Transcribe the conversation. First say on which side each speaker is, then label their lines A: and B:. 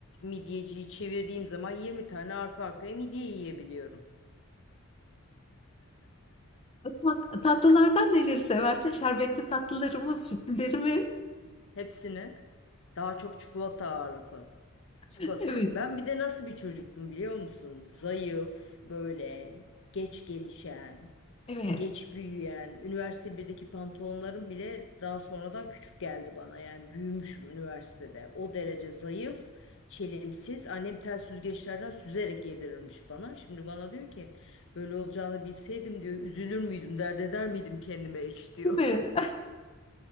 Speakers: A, on the left; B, on the left.
A: midyeciyi çevirdiğim zaman 20 tane arka arkaya midye yiyebiliyorum.
B: Bak, tatlılardan neleri seversin? Şerbetli tatlıları mı, sütlüleri mi?
A: Hepsini. Daha çok çikolata ağırlıklı. Çikolata.
B: <laughs> Evet,
A: Ben bir de nasıl bir çocuktum biliyor musun? Zayıf, böyle geç gelişen.
B: evet.
A: geç büyüyen, üniversite birdeki pantolonlarım bile daha sonradan küçük geldi bana. Yani büyümüşüm üniversitede. O derece zayıf, çelimsiz. Annem tel süzgeçlerden süzerek yedirirmiş bana. Şimdi bana diyor ki böyle olacağını bilseydim diyor üzülür müydüm, dert eder miydim kendime hiç diyor.
B: Değil
A: <laughs>
B: mi?